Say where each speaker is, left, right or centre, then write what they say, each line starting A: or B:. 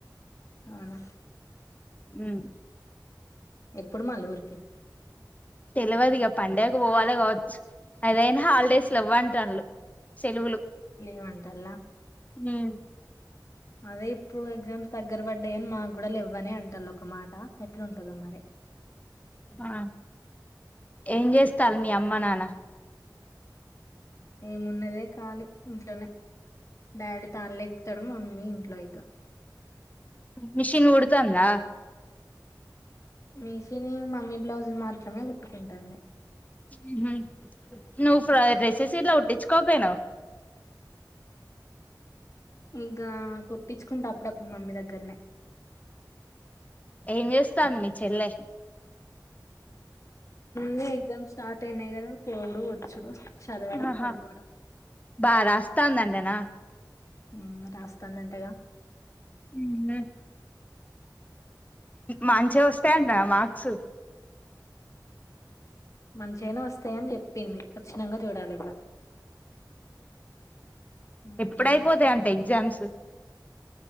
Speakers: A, on the left (about 45°); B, on the left (about 20°).
A: అవునా
B: హ్మ్
A: ఎప్పుడు మళ్ళ ఊరికి
B: తెలవదు ఇగ పండగకు పోవాలి కావచ్చు అదైనా హాలిడేస్ లేవంటన్లు సెలువులు
A: లేవంటలా
B: హ్మ్
A: అదే ఇప్పుడు ఎగ్జామ్స్ దగ్గర పడ్ డేన్ మాకు కూడా లేవ్వని అంటులు ఒకమాట ఎట్లా ఉంటదో మరి
B: ఆ ఏం చేస్తారు మీ అమ్మ నాన్న
A: ఏమున్నదే కాలి ఇంట్లోనే డాడీ తాన్ లేక్ ఇతడం మమ్మీ ఇంట్లో ఇగ్గ
B: మిషిన్ కుడుతాందా
A: మీషిని మమ్మీ బ్లౌజ్ మాత్రమే కుట్టుకుంటాంది
B: హ్మ్ హు నువ్వు ఫ్రా రెసిసిలో కుట్టించు కోపైనవ్
A: ఇంకా కొట్టించుకుంట అప్పుడప్పుడు మమ్మీ దగ్గరనే
B: ఏం చేస్తాంది మీ చెల్లె
A: న ఎగ్జామ్ స్టార్ట్ అయినాయి కదా పోవుడు వచ్చుడు చదవడం
B: ఆహా
A: పడుకోవడం
B: బారాస్త స్తా తంటనా
A: హ్మ్మ్ రాస్తాందంటగా
B: ఉహు మంచిగా వస్తాయంటనా మార్క్స్
A: మంచిగనే వస్తాయని చెప్పింది వచ్చినంక చూడాలి ఇక మ్మ్
B: ఎప్పుడయిపోతాయి అంట ఎగ్జామ్స్ స్